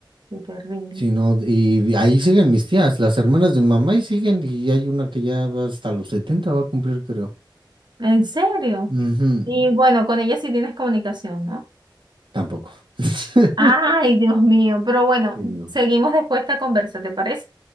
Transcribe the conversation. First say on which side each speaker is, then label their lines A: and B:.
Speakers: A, on the right; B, on the right.
A: qué terrible.
B: Sí, no, y ahí siguen mis tías, las hermanas de mamá y siguen, y hay una que ya va hasta los 70 va a cumplir, creo.
A: ¿En serio?
B: Ujú.
A: Y bueno, con ella sí tienes comunicación, ¿no?
B: Tampoco. <laughs>
A: Ay, Dios mío, pero bueno,
B: Sí, no.
A: seguimos después esta conversa, ¿te parece?